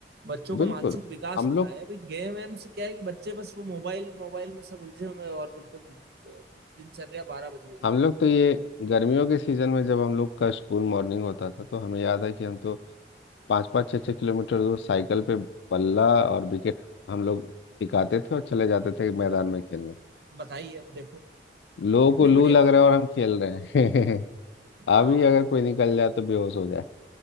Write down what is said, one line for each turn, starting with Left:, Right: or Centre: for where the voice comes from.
Right: बच्चों का
Left: बिल्कुल
Right: मानसिक विकास
Left: हम
Right: होता
Left: लोग
Right: है अभी गेम वेम से क्या है कि बच्चे बस वो मोबाइल मोबाइल में सब उलझे हुए हैं और बिल्कुल अ, दिनचर्या बारह बज गई
Left: हम
Right: है
Left: लोग तो ये गर्मियों के सीजन में जब हम लोग का स्कूल मॉर्निंग होता था तो हमें याद है कि हम तो पाँच पाँच छः छः किलोमीटर दूर साइकिल पे बल्ला और विकेट हम लोग टिकाते थे और चले जाते थे मैदान में खेलने
Right: बताइए अब देखो
Left: लोगों
Right: कितनी
Left: को लू
Right: बढ़िया
Left: लग
Right: बात
Left: रहा
Right: है
Left: है और हम खेल रहे हैं <laughs>
Right: बताओ
Left: अभी अगर कोई निकल जाए तो बेहोश हो जाए